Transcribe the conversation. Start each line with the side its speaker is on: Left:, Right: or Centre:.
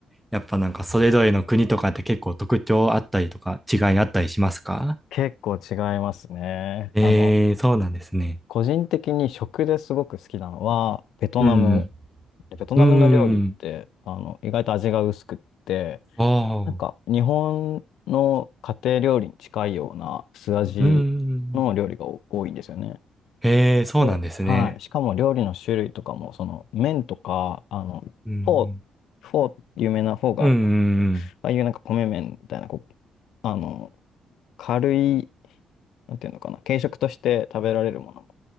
Centre: やっぱなんかそれぞれの国とかって結構特徴あったりとか違いあったりしますか
Left: 結構違いますね。
Centre: えーそうなんですね。
Left: あの、個人的に食ですごく好きなのは、ベトナム。
Centre: うん
Left: ベトナムの料理って、
Centre: うん。うーん。
Left: あの、意外と味が薄くって、
Centre: ああ。
Left: なんか日本の家庭料理に近いような素味の料理が多多いんですよね。
Centre: うん。へえ、そうなんですね。
Left: で、はい。しかも料理の種類とかも、その麺とか、あの、
Centre: うんうん
Left: フォー、フォー、有名なフォーがあると。
Centre: うん、
Left: ああいうなんか米麺みたいな、こう、あの、軽い、なんていうのかな、軽食として食べられるものも